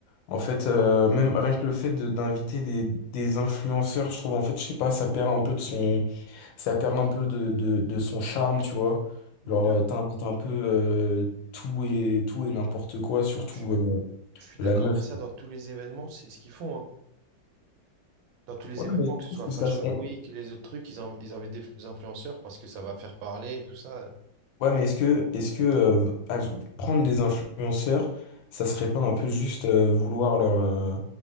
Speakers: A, on the left (about 80°); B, on the right (about 90°).
A: en fait, euh, même rien que le fait de- d'inviter des, des influenceurs, je trouve, en fait, je sais pas, ça perd un peu de son... ça perd un peu de, de, de son charme, tu vois.
B: De...
A: Genre, euh, t'invites un peu euh, tout et tout et n'importe quoi, surtout
B: Moi, Je,
A: euh,
B: je suis
A: la
B: d'accord,
A: meuf.
B: mais ça, dans tous les événements, c'est ce qu'ils font. hein. Dans tous les
A: Ouais,
B: événements,
A: mais je
B: que ce
A: trouve
B: soit
A: que
B: Fashion
A: ça. on-
B: Week, les autres trucs, ils, in- ils invitent des influenceurs parce que ça va faire parler, et tout ça.
A: Ouais, mais est-ce que est-ce que euh, ah, je- prendre des influenceurs, ça serait pas un peu juste euh, vouloir leur euh,